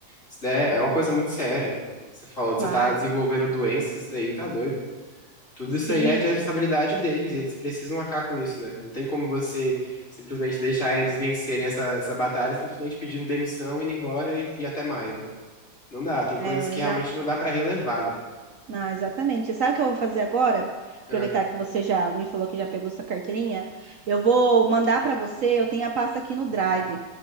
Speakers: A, on the left; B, on the right.
A: Isso daí é uma coisa muito séria. Você falou
B: Claro,
A: que você tá desenvolvendo doenças, isso daí tá doido. Tudo
B: sim,
A: isso aí é de responsabilidade deles, e eles precisam arcar com isso, né? Não tem como você simplesmente deixar eles vencerem essa, essa batalha simplesmente pedindo demissão, indo embora e, e até mais, né? Não dá, tem coisas
B: é,
A: que realmente não dá pra relevar, né?
B: Não, exatamente. Sabe o que eu vou fazer agora? Aproveitar
A: Ah,
B: que você já me falou que já pegou sua carteirinha. Eu vou mandar para você. Eu tenho a pasta aqui no Drive,